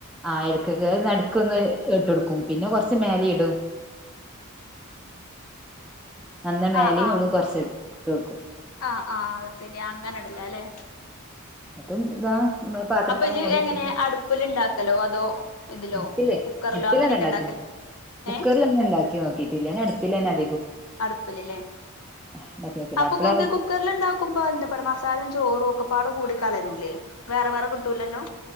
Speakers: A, in the centre; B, on the left (about 85°).
A: ആ എടുക്കൊക്കെത് നടുക്ക് ഒന്ന് ഇട്ട് കൊടുക്കും പിന്നെ കൊറച്ച് മേലെ ഇടും നല്ല മേലും
B: ആഹ് ആഹ്
A: ഒന്ന് കൊറച്ച് അടിക്കു വെക്കും
B: ആഹ് ആഹ് ശെരി അങ്ങനെടല്ല അല്ലെ
A: മറ്റും ഇതാ പാത്രങ്ങളും
B: ഇജ്ജ്
A: മൂടി വെച്ചിട്ട്
B: എങ്ങനെ അടുപ്പില് ഇണ്ടാക്കലോ അതോ ഇതിലോ
A: ഇപ്പിൽ
B: കുക്കറിലോ
A: ഇടുന്ന
B: അങ്ങനെയൊക്കെ
A: രണ്ടാക്കി
B: ഇണ്ടാക്കല്
A: കുക്കറിൽന്നെ
B: ഏഹ്
A: ഉണ്ടാക്കി നോക്കിട്ടില്ല ഞാ അടുപ്പിൽ തന്നെ അ
B: അടുപ്പലല്ലേ
A: ഉണ്ടാക്കി നോക്കല്
B: അപ്പൊ
A: അപ്പള
B: കുക്കെ കുക്കറൽണ്ടാക്കുമ്പോ എന്താ പറ മസാലയും ചോറും ഒക്കെപ്പാട് കൂടി കലരൂല്ലേ വേറെ വേറെ കിട്ടൂല്ലല്ലോ